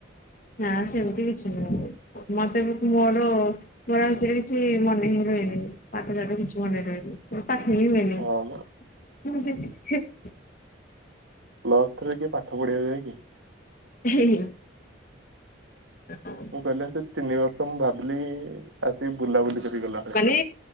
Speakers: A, on the left; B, on the right.
A: ନା ସେମିତି କିଛି ନୁହ ମତେବି ମୋର ମୋର କିଛି ମନେ ହିଁ ରୁହନି ପାଠ ଶାଠ କିଛି ମନେ ରୁହନି।
B: ହଁ ମ
A: <unintelligible>
B: ପ୍ଲସ୍ ଟୁ ରେ କିଏ ପାଠ ପଢ଼ିବାକୁ ଯାଏ କି।
A: ହିଁ ହିଁ ହ। <unintelligible>
B: ମୁଁ କହିଲି ସେ ତିନି ବର୍ଷ ମୁଁ ଭାବିଲି ଆସିକି ବୁଲାବୁଲି କରି ଗଲା ଭଳିଆ।
A: ମାନେ